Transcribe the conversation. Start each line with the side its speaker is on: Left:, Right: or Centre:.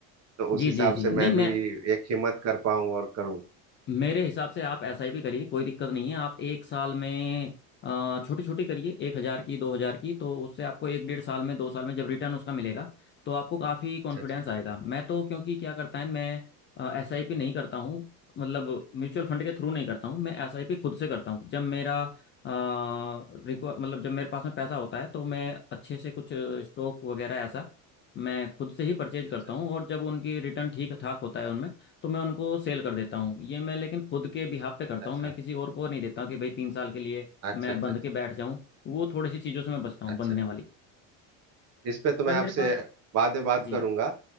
Right: तो उस
Left: जी
Right: हिसाब
Left: जी जी
Right: से मैं
Left: नहीं
Right: भी
Left: मैं
Right: एक हिम्मत कर पाऊं और करूं
Left: मेरे हिसाब से आप ऐसा ही भी करिए कोई दिक्कत नहीं है आप एक साल में छोटी छोटी करिए एक हज़ार की दो हज़ार की तो उससे आपको एक डेढ़ साल में दो साल में जब रिटर्न उसका मिलेगा तो आपको काफ़ी कॉन्फिडेंस
Right: अच्छा
Left: आएगा मैं तो क्योंकि क्या करता है मैं एस आई पी नहीं करता हूँ मतलब म्यूचुअल फंड के थ्रू नहीं करता हूँ मैं एस आई पी खुद से करता हूँ जब मेरा रिक्वा मतलब जब मेरे पास में पैसा होता है तो मैं अच्छे से कुछ स्टॉक वगैरह ऐसा मैं खुद से ही परचेज करता
Right: अच्छा
Left: हूँ और जब उनकी रिटर्न ठीक ठाक होता है उनमें तो मैं उनको सेल कर देता हूँ ये मैं लेकिन खुद के बिहाफ पे करता
Right: अच्छा
Left: हूँ मैं किसी और को नहीं देता कि भाई तीन साल के लिए
Right: अच्छा
Left: मैं
Right: अच्छा अच्छा
Left: बंध
Right: अच्छा
Left: के
Right: अच्छा।
Left: बैठ जाऊँ वो थोड़ी सी चीज़ों से मैं बचता हूँ
Right: अच्छा।
Left: बंधने वाली
Right: इस पे तो मैं
Left: पर मेरे
Right: आपसे
Left: पास
Right: बाद में बात
Left: जी
Right: करूंगा